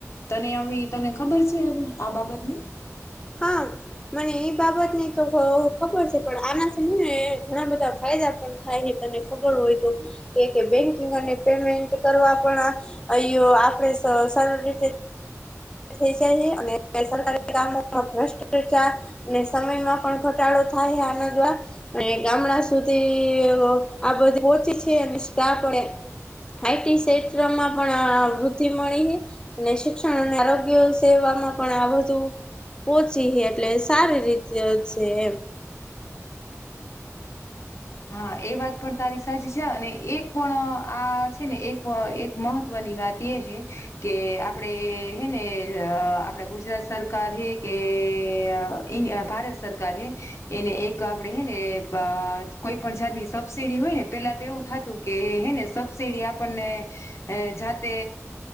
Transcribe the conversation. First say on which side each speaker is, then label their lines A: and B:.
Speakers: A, on the left (about 60°); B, on the left (about 15°).
A: તને આવી તને ખબર છે, આ બાબતની
B: હા. મને એ બાબતની તો ખબર છે, પણ આનાથી ને ઘણા બધા ફાયદા પણ થાય હે તને ખબર હોય તો કે કે બેંકિંગ અને પેમેન્ટ કરવા પણ આ અંય આપણે સ સરળ રીતે થય જાય હે અને સરકારી કામોમા ભ્રષ્ટચા ને સમયમાં પણ ઘટાડો થાય આના દ્વા અને ગામડા સુધી આ બધી પોહોચી છે, અને સ્ટા પણે આઈટી ક્ષેત્રમાં પણ વૃદ્ધિ મળી હે અને શિક્ષણ અને આરો આરોગય સેવામાં પણ આ બધું પોહચી હે એટલે સારી રીતે છે, એમ
A: હા એ વાત પણ તારી સાચી છે, અને એક પણ આ છે, ને એક મહત્વની વાત એ હે કે આપડે હેને આપણા ગુજરાત સરકાર હે કે અ ઈ ભારત સરકાર હે એને એક આપડે હે ને પા કોઈ પણ જાતની સબસીડી હોય ને પેલા તો એવું થતું કે હે ને સબસિડી આપણને જાતે